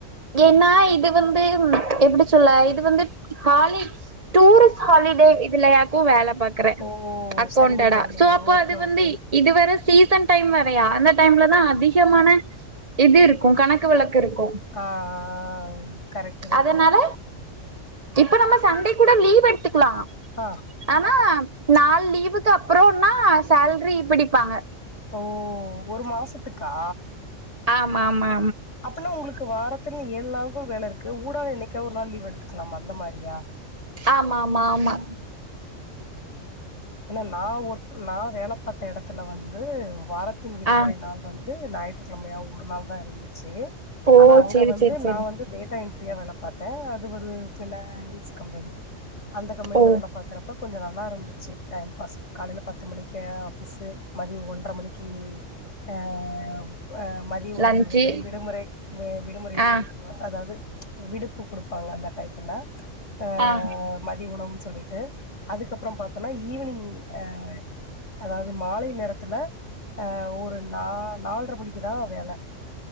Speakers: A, on the right; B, on the left.
A: ஏன்னா இது வந்து எப்படி சொல்ல இது வந்து ஹாலி டூரிஸ்ட் ஹாலிடே இதுல கு வேல பாக்றே
B: ஓ
A: அக்கவுண்டடா
B: சரிங்க தோழி
A: சோ அப்போ
B: ஓகே
A: அது
B: ஓகே
A: வந்து இது வேர சீசன் டைம் வரையா அந்த டைம்லதா அதிகமான இது இருக்கு கணக்கு வழக்கு இருக்கு
B: ஆ ஆ கரெக்ட் தா
A: அதனால
B: தோழி
A: இப்ப நம்ம சண்டே கூட லீவ் எடுத்துக்லா
B: ஆ
A: ஆனா நாலு லீவுக்கு அப்பறோனா சேல்ரி பிடிப்பாங்க
B: ஓ ஒரு மாசத்துக்கா
A: ஆமாமா
B: அப்பனா உங்ளுக்கு வாரத்துல ஏழு நாளுக்கு வேல இருக்கு ஊடால என்னைக்கா ஒரு நாள் லீவ் எடுத்துக்லாமா அந்த மாரியா
A: ஆமாமா ஆமா
B: ஏனா நா ஒர் நா வேல பாத்த எடத்துல வந்து வாரத்தின் விடுமுறை
A: ஆ
B: நாள் வந் து ஞாயிற்றுக்கிழமையா ஒரு நாள் தா இருந்துச்சு
A: ஓ
B: ஆனா அங்க
A: சேரி
B: வந்து
A: சேரி சேரி
B: நா வந்து டேட்டா என் ட்ரில வேல பாத்த அது ஒரு ஃபினான்ஸ் கம்பெனி அந்த கம்பெனில
A: ஓ
B: வேல தப்ப கொஞ்ச நல்லாருந்துச்சு டைம் பாஸ் காலைல பத்து மணிக்கு ஆஃபிஸு மதிய ஒன்ற மணிக்கு ஆ அ மதிய உணவு
A: லன்ச்சு
B: வேளை விடுமுறை விடுமுறை
A: ஆ
B: விட்ருவாங் அதாது விடுப்பு குடுப்பாங்க அந்த டயத்துல அ
A: ஆ
B: மதிய உணவுன் சொல்லி அதுக்கப்புற பாத்தொனா ஈவினிங் அ அதாவுது மாலை நேரத்துல அ ஒரு நா நால்ர மணிக்குதா வேல